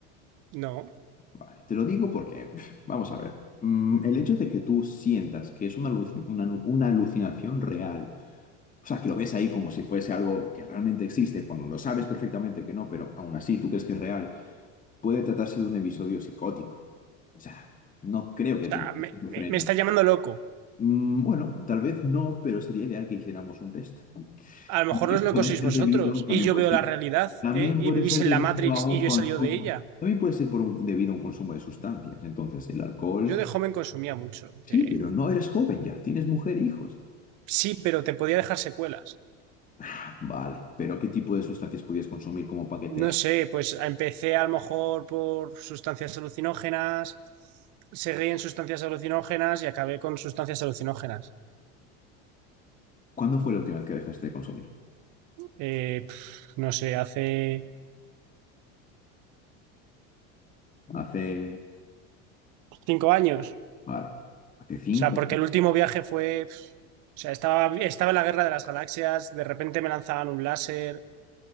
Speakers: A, on the right (about 60°); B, on the left (about 25°).
A: No, o
B: Vale, te lo digo porque, pf, vamos a ver, mm, el hecho de que tú sientas que es una, aluci- una una alucinación real, O sea, que lo ves ahí como si fuese algo que realmente existe, cuando lo sabes perfectamente que no, pero aún así tú crees que es real, puede tratarse de un episodio psicótico. O sea, no creo que
A: sea,
B: tenga
A: me,
B: esquizofrenia.
A: me- me está llamando loco.
B: Mm, Bueno, tal vez no, pero sería ideal que hiciéramos un test.
A: a lo
B: Y
A: mejor no es lo
B: Puede
A: que
B: ser
A: sois vosotros
B: debido, también
A: y yo
B: puede
A: veo
B: ser,
A: la realidad,
B: también
A: ¿eh? Y
B: puede
A: vivís
B: ser
A: en
B: debido
A: la Matrix
B: a un
A: y yo
B: consumo.
A: he salido de ella.
B: También puede ser por un, debido a un consumo de sustancias. Entonces, el alcohol,
A: Yo de joven consumía mucho.
B: sí,
A: eh,
B: pero no eres joven ya, tienes mujer e hijos.
A: sí, pero te podía dejar secuelas.
B: Ah, Vale, pero ¿qué tipo de sustancias podías consumir como paquete
A: No sé, pues empecé a lo mejor por sustancias alucinógenas, seguí en sustancias alucinógenas y acabé con sustancias alucinógenas.
B: ¿Cuándo fue la última vez que dejaste de consumir?
A: Eh, pf, no sé, hace
B: Hace,
A: cinco años.
B: vale, hace cinco.
A: O sea, porque el último viaje fue O sea, estaba, estaba en la Guerra de las Galaxias, de repente me lanzaban un láser